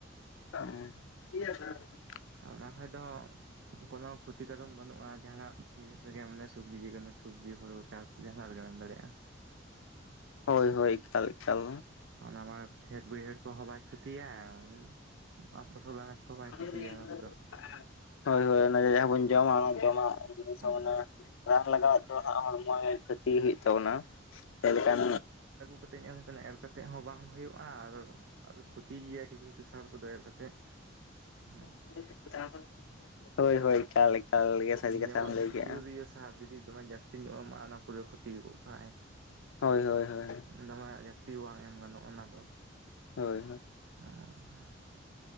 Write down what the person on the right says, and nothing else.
ᱚᱱᱟ ᱠᱷᱚᱡ ᱫᱚ ᱠᱚ-ᱱᱚ ᱩᱚᱛᱛᱤᱠᱟᱫᱚᱱ ᱵᱟᱹᱱᱩᱜᱼᱟ ᱡᱟᱦᱟᱱᱟᱜ ᱡᱤᱱᱤᱥ ᱨᱮᱜᱮᱢ ᱮᱢ ᱵᱟᱱᱩᱼᱟ᱾ ᱥᱚᱵᱡᱤ ᱡᱮᱠᱚᱱᱱᱳ ᱥᱚᱵᱽᱡᱤ ᱦᱩᱲᱩ ᱪᱟᱥ ᱡᱟᱦᱟᱱᱟᱜ ᱨᱮᱜᱮᱢ ᱮᱢ ᱫᱟᱲᱮᱭᱟᱜᱼᱟ᱾
ᱟᱢ ᱠᱷᱮᱛ ᱵᱟᱹᱦᱟᱹᱲ ᱠᱚ ᱦᱚ ᱵᱟᱭ ᱠᱷᱩᱚᱛᱤᱭᱟᱭ ᱟᱨ ᱯᱷᱚᱥᱚᱞ ᱠᱚᱦᱚᱸ ᱵᱟᱭ
ᱠᱷᱚᱛᱤᱭᱟ ᱚᱱᱟ ᱛᱮᱫᱚ
ᱦᱩᱸ
ᱠᱟᱛᱮ ᱧᱮᱞ ᱦᱩᱭ ᱠᱟᱱᱟ ᱮᱨ ᱠᱟᱛᱮᱜ ᱦᱚᱸ ᱵᱟᱝ ᱦᱩᱭᱩᱜᱼᱟ ᱟᱨᱚ ᱟᱨ ᱠᱷᱚᱛᱤ ᱜᱮᱭᱟ ᱠᱤᱪᱷᱩ ᱠᱤᱪᱷᱩ ᱥᱟᱨ ᱠᱚ ᱫᱚᱭᱟᱨ ᱠᱟᱛᱮᱮᱫ ᱦᱩᱸ᱾
ᱦᱩᱸ
ᱡᱮᱢᱚᱱ
ᱤᱭᱩᱨᱤᱭᱟᱹ ᱥᱟᱦᱟᱨ ᱡᱩᱫᱤ ᱫᱚᱢᱮ ᱡᱟᱹᱥᱛᱤ ᱧᱚᱜ ᱮᱢ ᱮᱢᱚᱜ-ᱟ ᱚᱱᱟ ᱯᱩᱨᱟᱹ ᱠᱷᱚ ᱛᱤᱭᱩ-ᱜ ᱠᱟᱼᱟᱭ
ᱫᱟᱢᱮ ᱡᱟᱹᱥᱛᱤ ᱵᱟᱝ ᱮᱢ ᱜᱟᱱᱚᱜᱼᱟ᱾ ᱚᱱᱟ ᱫᱚ᱾
<unintelligible>